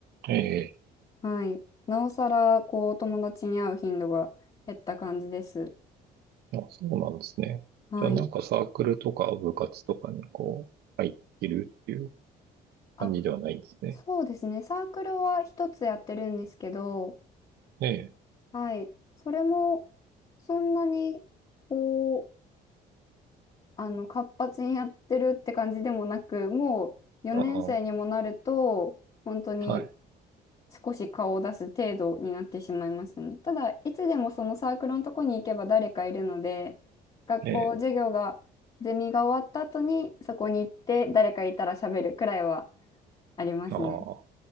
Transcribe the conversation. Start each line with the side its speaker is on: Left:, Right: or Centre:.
Right: ええ、
Left: はい。なおさら、こう、友達に会う頻度が減った感じです。
Right: あ、そうなんですね。
Left: はい。
Right: じゃあなんかサークルとか部活とかにこう、入ってるっていう
Left: あ、
Right: 感じではないんですね。
Left: そうですね。サークルは一つやってるんですけど、
Right: ええ。
Left: はい。それも、そんなに、こう、あの、活発にやってるって感じでもなく、もう、4年生にもなると、
Right: ああ、
Left: 本当に
Right: はい。
Left: 少し顔を出す程度になってしまいますね。ただ、いつでもそのサークルのとこに行けば誰かいるので、学校、
Right: ええ、
Left: 授業が、ゼミが終わった後にそこに行って誰かいたら喋るくらいはありますね。
Right: ああ、